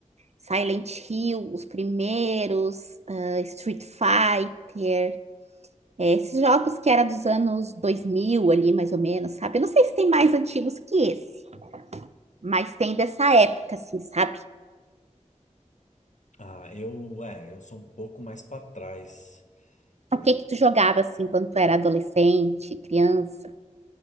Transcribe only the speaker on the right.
Silent Hill, os primeiros, ah, Street Fighter. É, esses jogos que era dos anos 2000 ali, mais ou menos, sabe? Eu não sei se tem mais antigos que esse, mas tem dessa época, assim, sabe?
O que
que tu jogava, assim, quando tu era adolescente, criança?